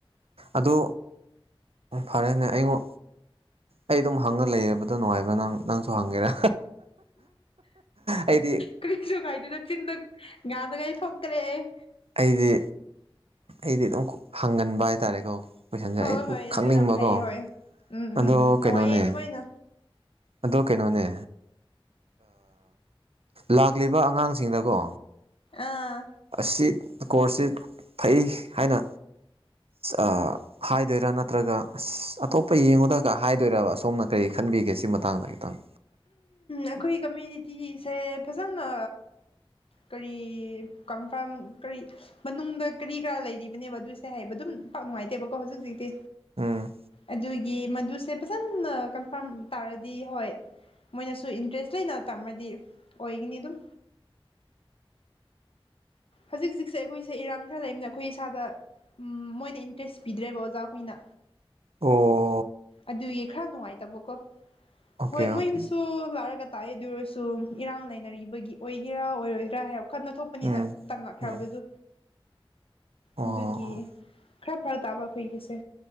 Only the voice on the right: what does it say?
ꯑꯗꯨ ꯐꯔꯦꯅꯦ ꯑꯩꯉꯣ ꯑꯩ ꯑꯗꯨꯝ ꯍꯪꯉ ꯂꯩꯕꯗꯣ ꯅꯨꯡꯉꯥꯏꯕ ꯅꯪ ꯅꯪꯁꯨ ꯍꯪꯒꯦꯔꯥ ꯑꯩꯗꯤ
ꯑꯩꯗꯤ ꯑꯩꯗꯤ ꯑꯗꯨꯝ ꯍꯪꯒꯟꯕ ꯍꯥꯏꯇꯥꯔꯦꯀꯣ ꯀꯣꯏꯁꯟꯖꯦ
ꯑꯩ
ꯈꯪꯅꯤꯡꯕꯀꯣ
ꯑꯗꯣ
ꯀꯩꯅꯣꯅꯦ
ꯑꯗꯣ ꯀꯩꯅꯣꯅꯦ ꯂꯥꯛꯂꯤꯕ ꯑꯉꯥꯡꯁꯤꯡꯗꯀꯣ
ꯑꯁꯤ ꯀꯣꯔꯁꯁꯤ ꯐꯩ ꯍꯥꯏꯅ ꯑꯥ ꯍꯥꯏꯗꯣꯏꯔꯥ ꯅꯠꯇ꯭ꯔꯒ ꯑꯁ ꯑꯇꯣꯞꯄ ꯌꯦꯡꯉꯨꯗꯒ ꯍꯥꯏꯗꯣꯏꯔ ꯑꯁꯣꯝꯅ ꯀꯔꯤ ꯈꯟꯕꯤꯒꯦ ꯁꯤ ꯃꯇꯥꯡꯗ ꯈꯤꯇꯪ
ꯎꯝ
ꯑꯣ
ꯑꯣꯀꯦ
ꯑꯣꯀꯦ
ꯎꯝ
ꯎꯝ ꯑꯣ